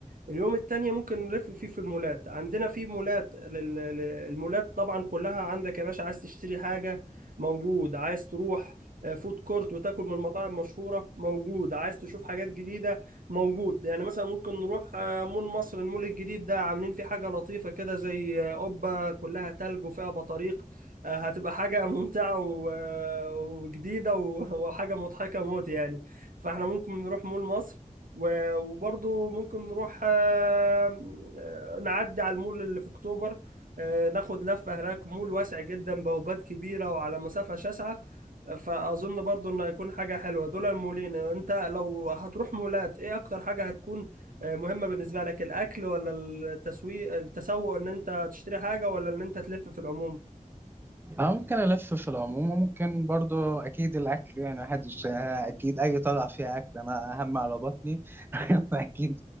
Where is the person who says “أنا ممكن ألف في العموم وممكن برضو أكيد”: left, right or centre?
Right